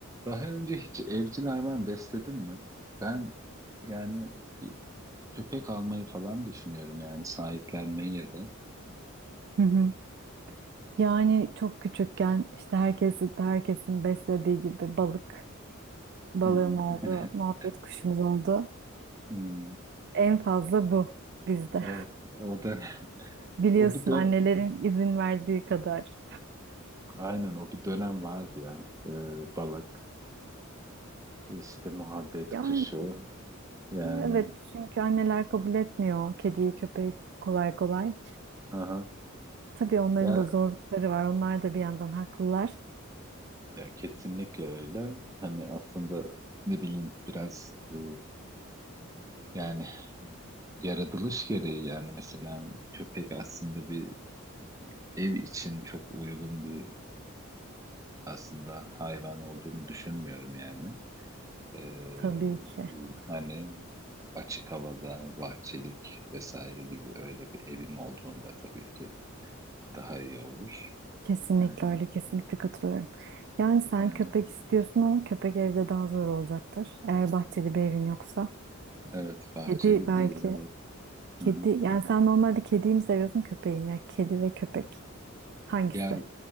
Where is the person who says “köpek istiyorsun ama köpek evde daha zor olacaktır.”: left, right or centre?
Right